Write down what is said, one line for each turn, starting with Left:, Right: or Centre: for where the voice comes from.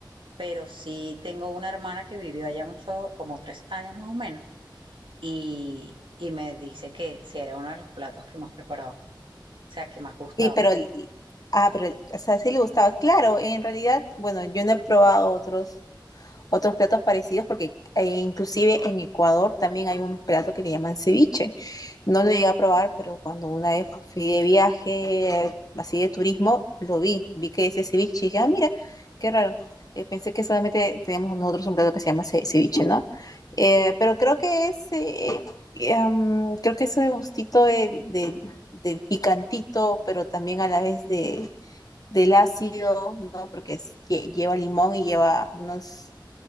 Right: pero sí tengo una hermana que vivió allá mucho, como tres años más o menos, y, y me dice que sí era uno de los platos que más preparaba. o sea, que más gustaba.
Left: Y pero, el- ah, pero, el- o sea, sí le gustaba. Claro, en realidad, bueno, yo no he probado otros otros platos parecidos, porque eh, inclusive en Ecuador también hay un plato que le llaman ceviche. No lo llegué a probar, pero cuando una vez fui de viaje, eh, así de turismo, lo vi, vi que decía ceviche y dije, ah, mira, qué raro. Eh, pensé que solamente teníamos nosotros un plato que se llama ce- ceviche, ¿no? Eh, pero creo que es, eh, em, creo que ese gustito del, del- del picantito, pero también a la vez de, del ácido, ¿no? Porque es- lle- lleva limón y lleva unos